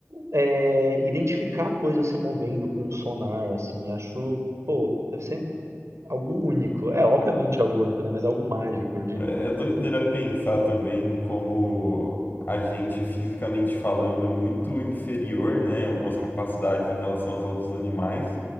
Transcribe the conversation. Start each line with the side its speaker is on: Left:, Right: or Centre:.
Right: é, identificar coisas se movendo com o sonar, assim, acho, pô, deve ser Algo único. É, obviamente é algo único, né? Mas é algo mágico, eu digo.
Left: É é doideira pensar também como a gente, fisicamente falando, é muito inferior, né, em algumas capacidades em relação aos outros animais,